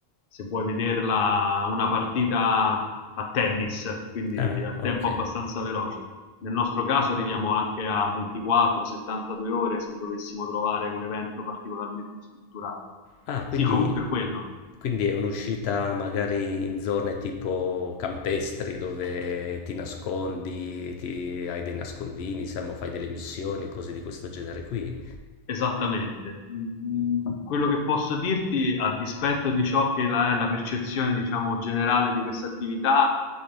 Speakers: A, on the left (about 60°); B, on the left (about 80°).
A: se vuoi vederla una partita a tennis, quindi
B: ah,
A: a
B: ok.
A: tempo abbastanza veloce. Nel nostro caso arriviamo anche a 24-72 ore se dovessimo trovare un evento particolarmente strutturato.
B: Ah, quindi,
A: Sì, comunque è quello.
B: quindi è un'uscita magari in zone tipo campestri dove ti nascondi, ti- hai dei nascondini, siamo, fai delle missioni, cose di questo genere qui?
A: Esattamente. Mm, mm, Quello che posso dirti, a dispetto di ciò che la- è la percezione, diciamo, generale di questa attività,